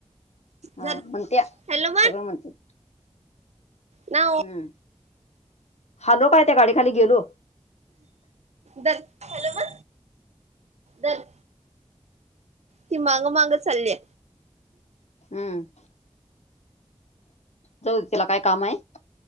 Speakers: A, on the left (about 85°); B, on the right (about 85°).
A: हा
B: धर
A: म्हणते
B: हॅलो
A: सगळं म्हणते
B: ना
A: हम् हलो काय त्या गाडीखाली गेलो
B: दर हॅलो म दर ती माग माग चालली
A: हम जाऊ तिला काय काम आहे